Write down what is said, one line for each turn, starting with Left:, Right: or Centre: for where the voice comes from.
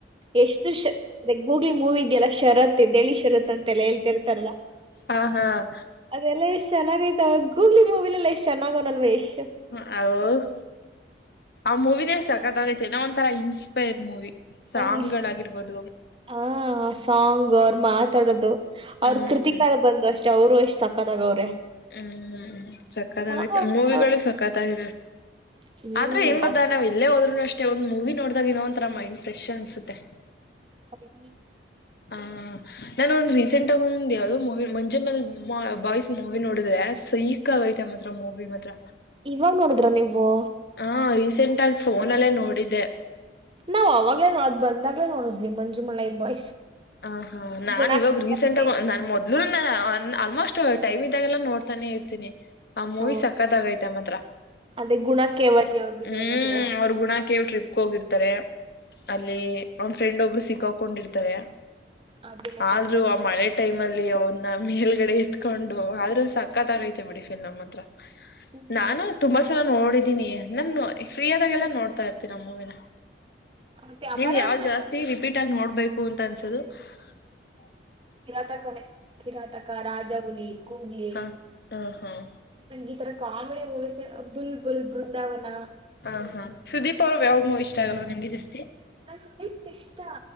Right: ಎಷ್ಟು ಎಷ್ಟು ಅದ ಗೂಗ್ಲ್ ಮೂವಿ ಇದ್ಯಲ್ಲ ಶರತ ಎದ್ದೇಳಿ ಶರತ. ಹೇಳ್ತಿರ್ತಾರಲ್ಲ
Left: ಹಾ ಹಾ
Right: ಅದೆಲ್ಲ ಇಷ್ಟ ಚೆನ್ನಾಗ. ತಗ್ಗು ಗೂಗ್ಲಿ ಮೂವಿಲ್ಲಲ್ಲಿ ಎಷ್ಟ ಚೆನ್ನಾಗಿ ಅವನಲ್ಲ ಯಶ್
Left: ಹ ಆ ಮೂವಿನೇ ಸಕತ್ತಾಗೈತೆ ಏನೋ ಒಂಥರಾ ಇನ್ಸ್ಪೈರ್ ಮೂವಿ ಸಾಂಗ್
Right: ನಂಗ ಇಷ್ಟ
Left: ಗಳಾಗಿರ್ಬೋದು
Right: ಹಾ ಸಾಂಗ್ ಅವರು ಮಾತಾಡೋದು ಅವ್ರ
Left: ಹ್ಮ್
Right: ಕೃತಿಕಾರ ಬಂದು ಅಷ್ಟ. ಅಷ್ಟ ಅವರು ಎಷ್ಟ್ ಸಕ್ಕತ್ತಾಗ ಅವ್ರೆ
Left: ಹ್ಮ್ ಸಕ್ಕತ್ತಾಗೈತೆ
Right: ಚೆನ್ನಾಗವ್ರೆ
Left: ಮೂವಿಗಳು ಸಕ್ಕತ್ತಾಗಿದವೇ
Right: ಹ್ಮ್
Left: ಆದ್ರೆ ಏನ್ ಗದ ನಾವ್ ಇಲ್ಲೇ ಹೋದ್ನು ಅಷ್ಟೇ ಒಂದ್ ಮೂವಿ ನೋಡ. ಅಾಗಿ ಇನ್ನ ಒಂರ ಮೈಂಡ್ ಫ್ರೆಶ್ ಅನ್ಸುತ್ತೆ.
Right: ಅರಿ.
Left: ಆಹ ನಾನೊಂದ ರೀಸೆಂಟ್ ಆಗ ಒಂದ ಯಾವವು್ದೋ ಮೂವಿ ಮಂಜ ಮ್ಯಲೆ ಬಾಯ್ ಮೂವಿ ನೋಡಿದ್ರೆ ಸೈಕ್ ಆಗೈತೆ ಮಾತ್ರ ಮೂವಿ ಮಾತ್ರ.
Right: ಇವಾಗ ನೋಡಿದ್ರ ನೀವು. ವ.
Left: ಹಾ ರೀಸೆಂಟ್ ಆಗ ಫೋನ್ ಅಲ್ಲೇ ನೋಡಿದ್ದೆ.
Right: ನಾವವು ಅವಾಗ್ಲೇ ನೋಡೋದ್ ಬಂದಾಗ್ಲೇ ನೋಡದ್ವಿ ಮಂಜುಮಳ ಬಾಯ್ಸ್.
Left: ಹ ಹಾ ನಾನ್
Right: ಗುಣಾಕ್ಕೆ
Left: ಇವಾಗ ರೀಸೆಂಟ್
Right: ಬಂದಿ
Left: ನನ್ ಮೊದ್. ಇ ನಾನ ಆಲ್ಮೋಸ್ಟ್ ಟೈಮ್ ಇದಾಗೆಲ್ಲ ನೋಡ್ತಾನೆ ಇರ್ತೀನಿ ಆ ಮೂವಿ
Right: ಹಾ
Left: ಸಕತ್ ಆಾಗೈತೆ ಮಾತ್ರ.
Right: ಅದೇ ಗುಣ ಕೇವಲಿ ಅವ್ರು ಬಿದೋಗೋದು
Left: ಹ್ಮ್ ಅವ್ರ ಗುಣಕ್ಕೆೇಳ ಟ್ರಿಪ್ಗೆ ಹೋಗಿರ್ತಾರೆ. ಅಲ್ಲಿ ಒಂದ್ ಫ್ರೆಂಡ್ ಒಬ್ರು ಸಿಕ್ಕಕೊಂಡಿರ್ತಾರ.
Right: ಅದನ್ನ
Left: ಆದ್ರೂ
Right: ಕರ್ಕೊಂಡ್ ಬರಕ್
Left: ಆ ಮಳೆ ಟೈಮ್ ಅಲ್ಲಿ ಅವ್ರನ್ನ ಮೇಲ್ಗಡೆ ಇತ್ಕೊಂಡು ಆದ್ರೂ ಸಾ. ಪಕ್ಕಾ ತರ ಐತೆ ಬಿಡಿ ಫಲ್ ನಮ್ತ್ರ.
Right: ಸೂಪರ್
Left: ನಾನು
Right: ಅದು
Left: ತುಂಬಾ ಸಲ ನೋಡೋಡಿದ್ದೀನಿ ನ ಫ್ರೀ. ಾಗಲ್ಲ ನೋಡ್ತಾ ಇರ್ತೀ ನಮ್ಮ್ವಿನ.
Right: ಮತ್ತೆ ಅಮರನ್
Left: ನೀಮ್ ಯಾವ್
Right: ಅಂತ
Left: ಜಾಸ್ತಿ ರಿಪೀಟ್ ಆಗಿ ನೋಡ್ಬ. ಬೇಕಂತ, ಅನಿಸುತ್ತೆ. <unintelligible> ಅದೂ.. <inaudible>
Right: ಕಿರಾತಕಣೆ.. <unintelligible> ಕಿರಾತಕ, ರಾಜಾಹುಲಿ, ಗೂಗ್ಲಿ,
Left: ಹಾ ಹ ಹಾ
Right: ನನಗೆ ಇತರ? Comedy, movies. <unintelligible> ಬುಲ್ಬುಲ್, ಬೃಂದಾವನ. <unintelligible>
Left: ಹಾ ಹಾ ಸುದೀಪ್ ಪರ್ವಯಾವ್ಗ್ನೂ ಇಷ್ಟ ಆಗಲ್ವ ನಿಮ್ಗೆ ಜಾಸ್ತಿ
Right: ನನಗೆ ಇಷ್ಟ